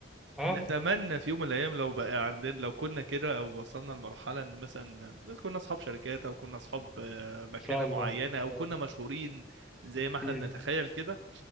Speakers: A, in the centre; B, on the right.
A: اه
B: نتمنى في يوم من الايام لو بقى عندنا لو كنا كده او وصلنا لمرحله ان مثلا كنا اصحاب شركات او كنا اصحاب آه، مكانه
A: ان شاء الله
B: معينه
A: ان شاء
B: او كنا
A: الله.
B: مشهورين زي ما احنا
A: مم.
B: بنتخيل كده